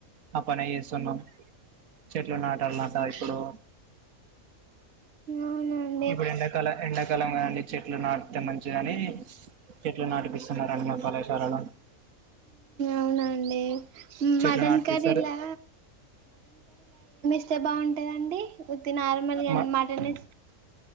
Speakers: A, on the right; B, on the right.
A: ఆ పనే చేస్తున్నాం చెట్లు నాటాల నాక ఇప్పుడు
B: అవునండి
A: ఇప్పుడు ఎంండడాకాలం ఎండాకాలంం చెట్లు నాడు కాని చెట్లు నాటిపిస్తున్నండి మా కళాశాలలో
B: అవునండి
A: చెట్లు
B: మటన్
A: నాటిపిస్తారు
B: కర్రీలా అంతే బాగుంటుందండి ఉతి నార్మల్గా
A: మా
B: అమాటనే